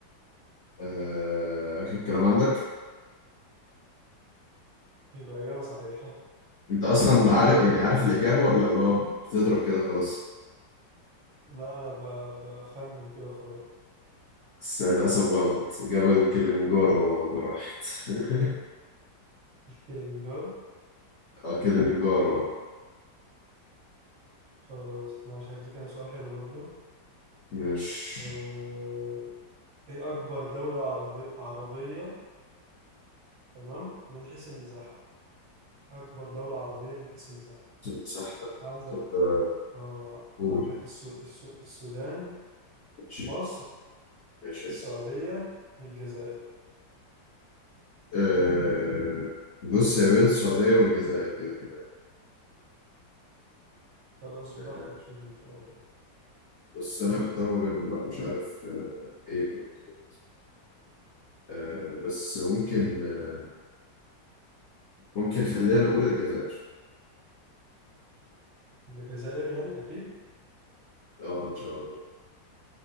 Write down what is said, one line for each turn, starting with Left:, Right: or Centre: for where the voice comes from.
Left: آه اخر كلام عندك
Right: يبقى إجابة صحيحة <laughs>
Left: انت اصلا عارف يعني عارف الاجابة ولا اللي هو بتضرب كده خلاص
Right: لا أنا ب- بخمن كده خلاص
Left: بس للاسف غلط جبل كليمنجارو هو اكبر واحد <laughs>
Right: الكليمنجارو
Left: اه كليمنجارو آه.
Right: خلاص ماشي هديك أنا سؤال حلو برضه
Left: ماشي
Right: أه... إيه أكبر دولة عربي... عربية تمام من حيث المساحة أكبر دولة عربية من حيث المساحة
Left: صح
Right: عندك
Left: طب آه،
Right: آه
Left: قول
Right: عندك السو... السو... السودان
Left: ماشي
Right: مصر
Left: ماشي
Right: السعودية الجزائر
Left: أه بص هي بين السعودية والجزائر كده كده
Right: خلاص براحتك
Left: أه
Right: شوف انت آه،
Left: بس أنا محتار ما بينهم بقى مش عارف أه إيه بالظبط أه بس ممكن آه، ممكن خلينا نقول الجزائر
Right: الجزائر يعني أكيد
Left: أه إن شاء الله